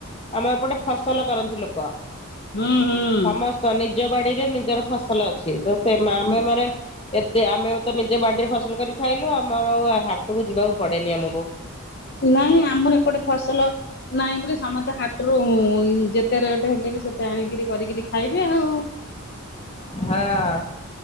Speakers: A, on the left (about 25°); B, on the left (about 45°).
A: ଆମ ଏପଟେ ଫସଲ କରନ୍ତି ଲୋକ
B: ହୁଁ, ହୁଁ,
A: ସମସ୍ତ ନିଜ ବାଡିରେ ନିଜର ଫସଲ ଅଛି, ତ ସେ ଆମେ
B: ହୁଁ
A: ମାନେ ଏତେ ଆମେ ତ ନିଜ ବାଡିରେ ଫସଲ କରି ଖାଇଲୁ, ଆମର ହାଟକୁ ଯିବାକୁ ପଡେନି ଆମକୁ
B: ନାଇଁ, ଆମର ଏପଟେ ଫସଲ ନାହିଁ ବୋଲି ସମସ୍ତେ ହାଟରୁ, ଯେତେ ରେ ହେଲେ ବି ସେତେ ଆଣିକିରି କରିକିରି ଖାଇବେ ଆଉ
A: ହଁ।